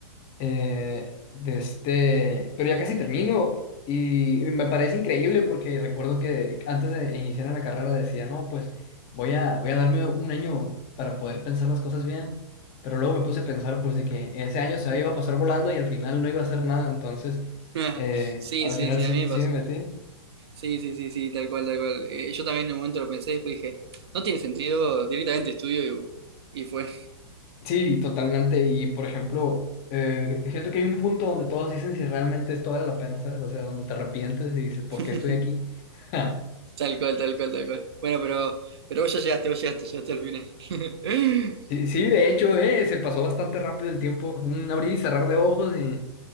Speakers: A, on the left (about 30°); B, on the right (about 65°).
A: eh, de este, pero ya casi termino y me parece increíble porque recuerdo que antes de iniciar en la carrera decía, no, pues voy a, voy a darme un año para poder pensar las cosas bien, pero luego me puse a pensar pues de que ese año se iba a pasar volando y al final no iba a hacer nada, entonces
B: <laughs>
A: eh,
B: Sí,
A: al
B: sí,
A: final
B: sí,
A: siempre
B: a mí me
A: sí
B: pasó.
A: me metí.
B: Sí, sí, sí, sí, tal cual, tal cual. Eh, yo también en un momento lo pensé después dije, no tiene sentido, directamente estudio y, y fue.
A: Sí, totalmente, y por ejemplo, eh, siento que hay un punto donde todos dicen si realmente esto vale la pena, ¿sabes? O sea, donde te arrepientes y dices, ¿por
B: <laughs>
A: qué estoy aquí? <laughs>
B: Tal cual, tal cual, tal cual. Bueno, pero, pero vos ya llegaste, vos llegaste, llegaste al final. <laughs>
A: Sí, sí, de hecho, eh, se pasó bastante rápido el tiempo. Un abrir y cerrar de ojos y